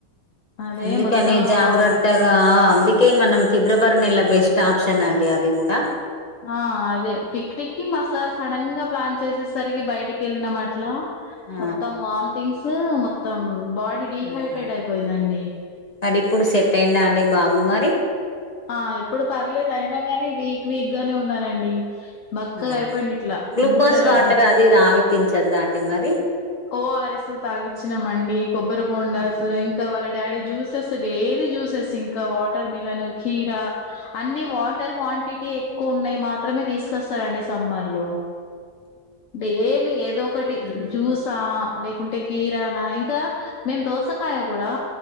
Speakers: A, on the left; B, on the left.
A: అదే
B: అందుకనే
A: మొత్తం
B: జాగ్రత్తగా
A: బా
B: ఆ అందుకే మనం ఫిబ్రవరి నెల బెస్ట్ ఆప్షన్ అండి అది కూడా
A: ఆ అదే పిక్నిక్ కి మా సార్ సడన్ గా ప్లాన్ చేసేసరికి బయటికి వెళ్ళినం అట్లా
B: ఆ
A: మొత్తం వొమిటింగ్స్ మొత్తం బాడీ డిహైడ్రేట్
B: అవునండి
A: అయిపోయిందండి
B: మరి ఇప్పుడు సెట్ అయ్యిందా అండి బాబు మరి
A: ఆ ఇప్పుడు పర్లేదు అయినా గాని వీక్ వీక్ గానే ఉన్నారండి బక్కగా
B: అవును
A: అయిపోయిడిట్లా
B: గ్లూకోజ్
A: మంచిగా లడ్డు
B: వాటర్ అది ఇది తాగిపించద్దా అండి మరి
A: ఓఆర్‌ఎస్లు తగిచినంఅండి కొబ్బరి బోండాస్
B: ఉమ్
A: ఇంకా వాళ్ళ డాడీ జ్యూస్ జూసె డైలీ జ్యూసెస్ ఇంకా వాటర్ మిలన్ కీరా అన్ని వాటర్ క్వాంటిటీ ఎక్కువ ఉన్నాయి మాత్రమే తీసుకొస్తారండి సమ్మర్ లో డైలీ ఏదో ఒకటి
B: ఉమ్
A: జ్యూసహ లేకుంటే కీరానా ఇంకా మేం దోసకాయ కూడా